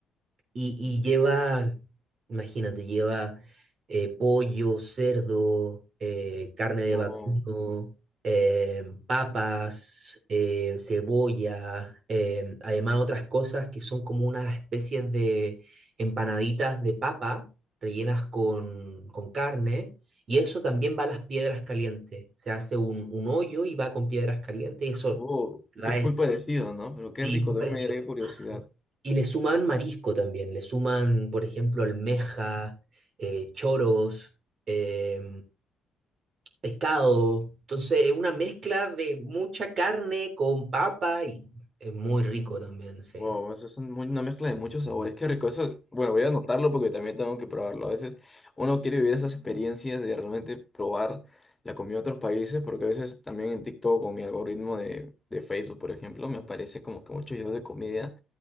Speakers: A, on the right (about 55°); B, on the left (about 15°).
A: Y, y lleva, imagínate, lleva eh, pollo, cerdo, eh, carne de
B: O
A: vacuno, eh, papas, eh, cebolla, eh, además otras cosas que son como unas especies de empanaditas de papa rellenas con, con carne. Y eso también va a las piedras calientes. Se hace un, un hoyo y va con piedras calientes y eso,
B: o
A: ¿verdad?
B: es
A: Es,
B: muy parecido, ¿no? Pero
A: sí,
B: qué rico,
A: muy
B: también
A: parecido.
B: me daría curiosidad.
A: Y le suman marisco también, le suman, por ejemplo, almeja, eh, choros, em, pescado. Entonces, una mezcla de mucha carne con papa y es muy rico también. sí.
B: Wow, eso es un muy- una mezcla de muchos sabores. Qué rico. Eso, bueno, voy a anotarlo porque también tengo que probarlo. A veces uno quiere vivir esas experiencias de realmente probar la comida de otros países, porque a veces también en TikTok o mi algoritmo de, de Facebook, por ejemplo, me aparece como que muchos videos de comida.